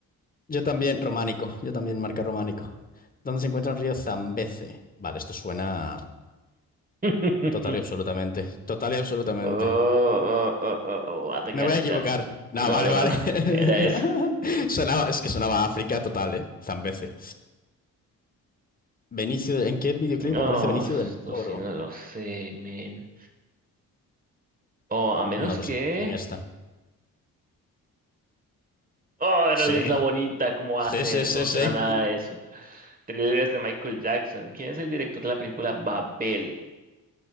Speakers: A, on the left (about 25°); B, on the right (about 25°).
A: Yo también, románico. Yo también marca románico. ¿Dónde se encuentra el río Zambeze? Vale, esto suena
B: <laughs>
A: total y absolutamente. Total y absolutamente.
B: Oh, oh, oh, oh, oh, voy a tener
A: Me
B: que arriesgarme.
A: voy a equivocar. No,
B: No,
A: vale,
B: no,
A: vale.
B: no. <laughs> Era eso.
A: <laughs> Sonaba, es que sonaba a África total, ¿eh? Zambeze. Benicio, ¿en qué videoclip
B: No,
A: aparece Benicio
B: esto
A: del Toro?
B: sí no lo sé, men. Oh, a menos
A: No lo
B: que.
A: sé, en esta.
B: Oh, era
A: Sí,
B: la Isla Bonita, ¿cómo va
A: sí,
B: a ser?
A: sí,
B: Eso
A: sí,
B: no suena
A: sí.
B: a nada de eso. Thrillers de Michael Jackson. ¿Quién es el director de la película Babel?